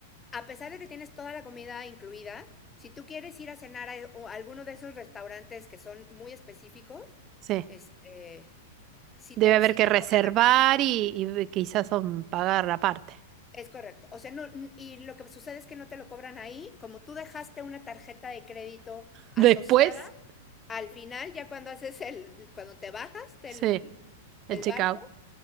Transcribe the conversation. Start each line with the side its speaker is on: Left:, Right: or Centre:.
Left: a pesar de que tienes toda la comida incluida, si tú quieres ir a cenar a, a alguno de esos restaurantes que son muy específicos,
Right: Sí.
Left: este, si te,
Right: Debe haber
Left: si
Right: que
Left: te
Right: reservar
Left: cobran aparte.
Right: y, y quizás son pagar aparte.
Left: Es correcto. O sea, no, n- y lo que sucede es que no te lo cobran ahí. Como tú dejaste una tarjeta de crédito
Right: Después,
Left: asociada, al final, ya cuando haces el, cuando te bajas del,
Right: sí, el
Left: del
Right: checkout.
Left: barco,